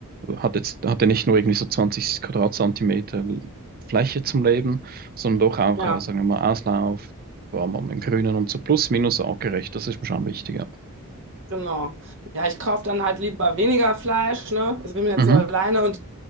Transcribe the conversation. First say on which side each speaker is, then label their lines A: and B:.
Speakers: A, on the right; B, on the right.
A: hat jetzt, hatte nicht nur irgendwie so 20 Quadratzentimeter Fläche zum Leben, sondern doch auch,
B: ja,
A: äh, sagen wir mal, Auslauf, war man im Grünen und so plus minus artgerecht, das ist mir schon wichtig. Ja.
B: genau. Ja, ich kaufe dann halt lieber weniger Fleisch, ne? Ich bin jetzt
A: Mhm.
B: so alleine und